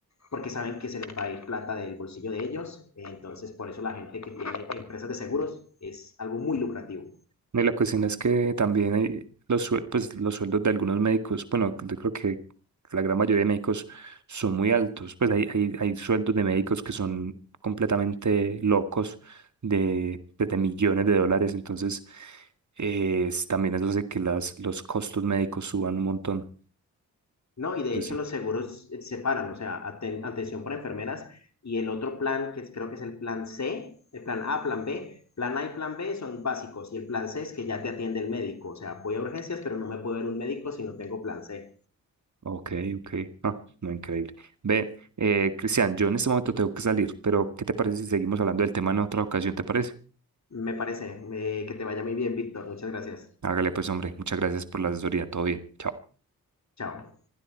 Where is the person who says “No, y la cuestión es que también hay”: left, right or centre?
Right